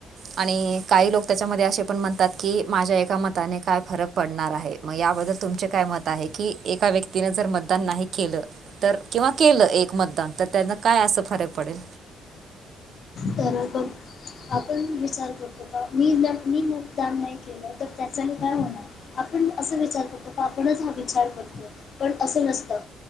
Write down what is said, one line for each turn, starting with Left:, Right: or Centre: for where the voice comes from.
Right: आणि काही लोक त्याच्यामध्ये असे पण म्हणतात की माझ्या एका मताने काय फरक पडणार आहे मग याबद्दल तुमचे काय मत आहे की एका व्यक्तीने जर मतदान नाही केलं. तर किंवा केलं एक मतदान तर त्यांना काय अस फरक पडेल.
Left: बरोबर. आपण विचार करतो का मी, मी मतदान नाही केलं तर त्याच मग काय होणार? आपण असं विचार करतो आपणच हा विचार करतो पण असं नसतं.